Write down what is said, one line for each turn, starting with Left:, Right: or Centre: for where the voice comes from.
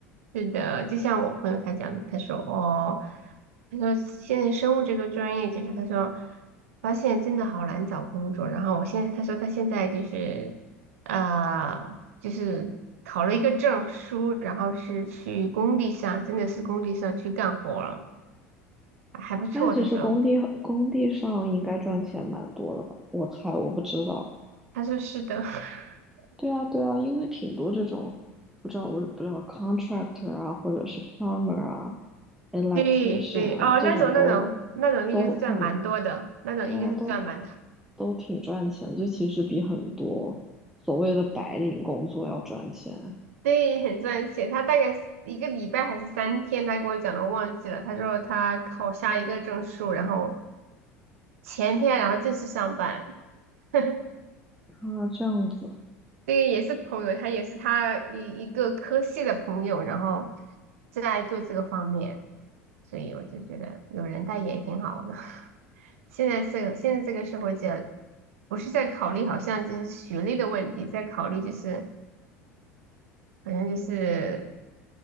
Right: 是的，就像我朋友他讲的，他说哦，他说现在生物这个专业，就是他说发现真的好难找工作。然后我现在他说他现在就是呃，就是考了一个证书，然后是去工地上，真的是工地上去干活了，还不错。
Centre: 但其实工地工地上应该赚钱蛮多的吧？
Right: 他说，
Centre: 我猜，我不知道。
Right: 他说是的，<laughs>
Centre: 对啊，对啊，因为挺多这种，不知道我也不知道 contractor 啊，或者是 plumber 啊，electrician
Right: 对对，
Centre: 啊，
Right: 哦，
Centre: 这种都
Right: 那种那种那种应该是赚蛮多的，
Centre: 都很，
Right: 那种应该是赚蛮多。
Centre: 对啊，都都挺赚钱，就其实比很多所谓的白领工作要赚钱
Right: 对，很赚钱。他大概一个礼拜还是三天，他跟我讲的忘记了。他说他考下一个证书，然后前天然后正式上班。<laughs>
Centre: 啊，这样子。
Right: 这个也是朋友，他也是他一一个科系的朋友，然后正在做这个方面，所以我就觉得有人带也挺好的。<laughs> 现在是现在这个社会就不是在考虑好像就是学历的问题，在考虑就是好像就是